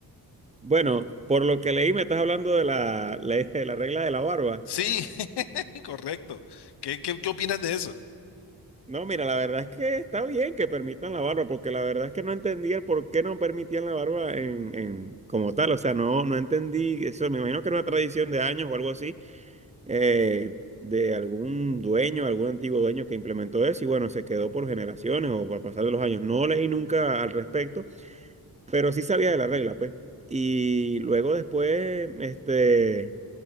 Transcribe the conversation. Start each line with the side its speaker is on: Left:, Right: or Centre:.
Right: Bueno, por lo que leí, me estás hablando de la, la- de la regla de la barba.
Left: Sí, <laughs> correcto. ¿Qué, qué, qué opinas de eso?
Right: No, mira, la verdad es que está bien que permitan la barba, porque la verdad es que no entendía el por qué no permitían la barba en, en- como tal. O sea, no, no entendí eso. Me imagino que era una tradición de años o algo así, eh, de algún dueño, algún antiguo dueño que implementó eso y bueno, se quedó por generaciones o por pasar de los años. No leí nunca al respecto. pero sí sabía de la regla, pues. Y luego después, este,